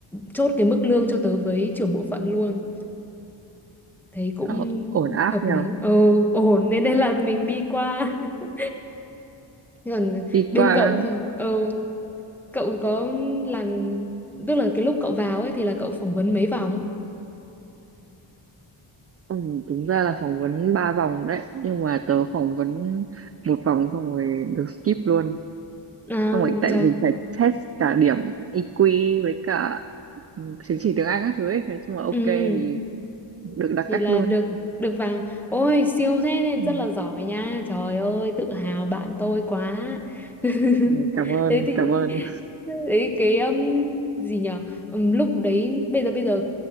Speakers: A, in the centre; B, on the right.
A: chốt cái mức lương cho tớ với trưởng bộ phận luôn thấy cũng
B: Ờ, ổn áp
A: hợp
B: nhờ
A: lý ờ ổn nên nên là mình đi qua <laughs> Thế còn
B: đi
A: bên
B: qua
A: cậu thì ờ cậu có làm tức là cái lúc cậu vào ấy thì là cậu phỏng vấn mấy vòng
B: ừ, đúng ra là phỏng vấn ba vòng đấy nhưng mà tớ phỏng vấn một vòng xong rồi được skip luôn
A: à
B: xong rồi tại
A: trời
B: vì phải test cả điểm EQ với cả ừ, chứng chỉ tiếng Anh các thứ ấy thế chung là ok
A: ừ
B: thì được đặc
A: thì
B: cách
A: là
B: luôn
A: được được vào ôi siêu thế nên
B: ừ.
A: rất là giỏi nha trời ơi tự hào bạn tôi quá <laughs>
B: Ôi, cảm ơn
A: thế thì
B: cảm ơn
A: đấy cái um, gì nhở Ừm, lúc đấy bây giờ bây giờ